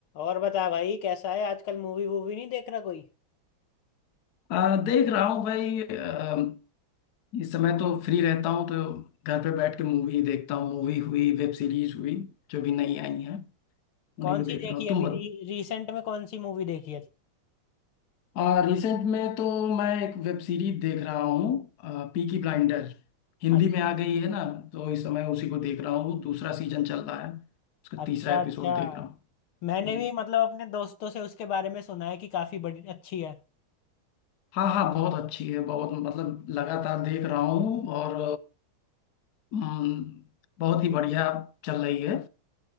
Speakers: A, on the left; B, on the left.
A: और बता भाई कैसा है आजकल मूवी वूवी नहीं देख रहा कोई
B: आ, देख रहा हूँ भाई आ, इस समय तो फ्री रहता हूँ तो घर पे बैठ के मूवी देखता हूँ मूवी हुई वेब सीरीज हुई जो भी नई आई हैं उन्हीं
A: कौन
B: को
A: सी
B: देख
A: देखी
B: रहा हूँ तुम
A: अभी
B: बताओ
A: री, रिसेंट में कौन सी मूवी देखी है
B: आ, रिसेंट में तो मैं एक वेब सीरीज देख रहा हूँ आ, पीकी ब्लाइंडर हिंदी
A: अ-
B: में आ गई है ना तो इस समय उसी को देख रहा हूँ दूसरा सीजन चल रहा है उसका
A: अच्छा
B: तीसरा एपिसोड
A: अच्छा
B: देख रहा हूँ
A: मैंने
B: हम्म।
A: भी मतलब अपने दोस्तों से उसके बारे में सुना है कि काफी बड़ी अच्छी है
B: हाँ हाँ बहुत अच्छी है बहुत मतलब लगातार देख रहा हूँ और हम्म, बहुत ही बढ़िया चल रही है